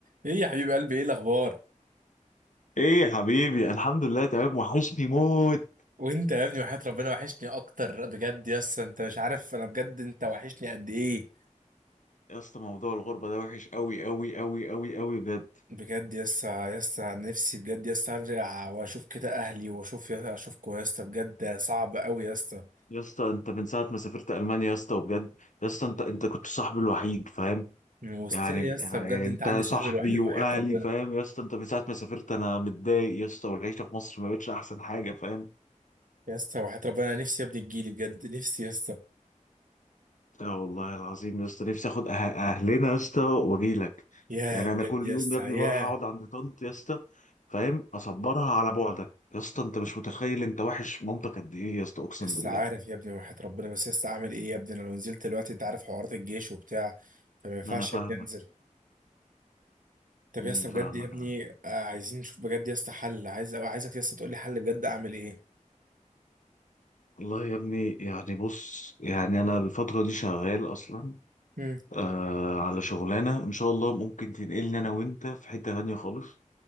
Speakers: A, on the right (about 80°); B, on the left (about 70°).
A: ايه يا حبيب قلبي ايه الاخبار
B: ايه يا حبيبي الحمد لله تمام وحشني موت
A: وانت يا ابني وحياة ربنا وحشني اكتر بجد يسا انت مش عارف انا بجد انت وحشني قد ايه
B: يا اسطى موضوع الغربه ده وحش قوي قوي قوي قوي قوي بجد
A: بجد يسا يسا نفسي بجد يسا ارجع واشوف كده اهلي واشوف يسا اشوفكوا يسا بجد صعب قوي يسا
B: يا اسطى انت من ساعه ما سافرت المانيا يا اسطى وبجد يا اسطى انت انت كنت صاحبي الوحيد فاهم
A: وستيل
B: يعني
A: يسا
B: يعني
A: بجد
B: انت
A: انت عندي
B: صاحبي
A: صاحبي الوحيد وحياة
B: واهلي
A: ربنا
B: فاهم يا اسطى انت من ساعه ما سافرت انا متضايق يا اسطى والعيشه في مصر ما بقتش احسن حاجه فاهم
A: يسا وحياة ربنا نفسي يا ابني تجيلي بجد نفسي يسا
B: اه والله العظيم يا اسطى نفسي اخد أه- اهلنا يا اسطى واجي لك
A: ياه
B: يعني
A: بجد
B: انا كل
A: يسا
B: يوم يا ابني
A: ياه
B: بروح اقعد عند طنط يا اسطى فاهم اصبرها على بعدك يا اسطى انت مش متخيل انت وحش مامتك قد ايه يا اسطى اقسم
A: لسه
B: بالله
A: عارف يا ابني وحياة ربنا بس لسه اعمل ايه يا ابني انا لو نزلت دلوقتي انت عارف حوارات الجيش وبتاع فما ينفعش
B: انا فاهمك
A: يا ابني انزل طب
B: مم،
A: يا اسطى
B: فاهمك
A: بجد يا ابني
B: يا عم.
A: آه، عايزين نشوف بجد يا اسطى حل عايز أو عايزك يا اسطى تقول لي حل بجد اعمل ايه
B: والله يا ابني يعني بص يعني انا الفتره دي شغال اصلا
A: امم
B: آه على شغلانه ان شاء الله ممكن تنقلني انا وانت في حته تانيه خالص